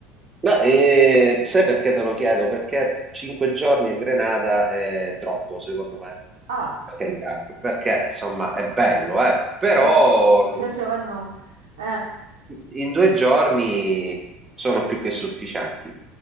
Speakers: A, on the right; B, on the right.
A: beh, eh, sai perché te lo chiedo? Perché cinque giorni a Grenada è troppo, secondo me.
B: ah,
A: Per carità, perché insomma è bello, eh? Però
B: mi piace- <laughs> mi piaceva il nome. Eh,
A: in due giorni sono più che sufficienti,